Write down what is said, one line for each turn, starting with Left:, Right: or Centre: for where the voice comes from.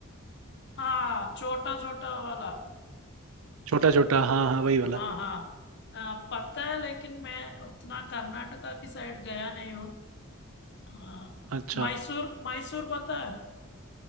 Left: हाँ छोटा छोटा वाला
Right: छोटा छोटा हाँ हाँ वही वाला
Left: हाँ हाँ आ, पता है लेकिन मैं उतना कर्नाटका की साइड गया नहीं हूँ हाँ,
Right: अच्छा
Left: मैसूर मैसूर पता है